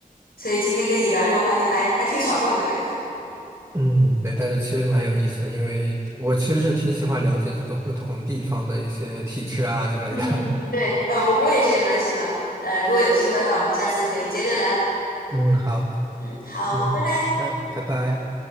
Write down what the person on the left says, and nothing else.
所以今天跟你聊这个话题还还挺小众的感觉。
嗯，对，呃，我也是蛮喜欢的，呃，如果有机会的话，我们下次可以接着聊。
嗯，好，
拜拜。